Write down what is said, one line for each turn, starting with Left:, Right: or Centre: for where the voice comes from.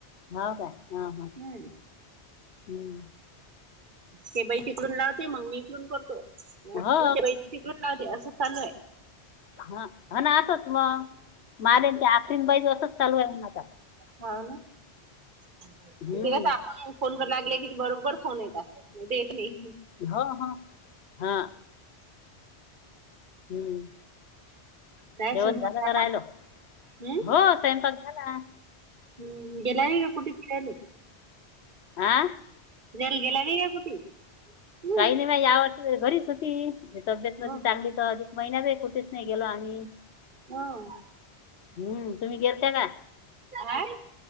Left: हव काय हा हा
Right: हम्म
Left: हम.
Right: हे बैय तकडून लावते मग मी इकडून करतो म्हणून
Left: हो
Right: ते बैय तिकडून लावते असं चालूय.
Left: ह ह ना असंच मग मालेंच्या आखरीन बाईज असच चालू आहे माझ.
Right: हो ना ते
Left: हम्म
Right: कसं आप फोन कर लागले की बरोबर फोन येत देत ही.
Left: हो हो हा. हम्म.
Right: काय
Left: जेवण
Right: स्वयंपाक
Left: झालं घ
Right: झाला?
Left: राहिल हो
Right: हम्म?
Left: स्वंपाक झाला.
Right: हम्म गेला आहे का कुठ फिराले.
Left: आं
Right: फिराला गेले नाय कुठे. हम्म
Left: काही नाही म यावर वर्षी घरीच होती तब्येत
Right: हो
Left: म चांगली. अधिक महिन्यात आहे कुठेच नाही गेला आणि.
Right: ह
Left: हम्म तुम्ही गेलता का.
Right: काय.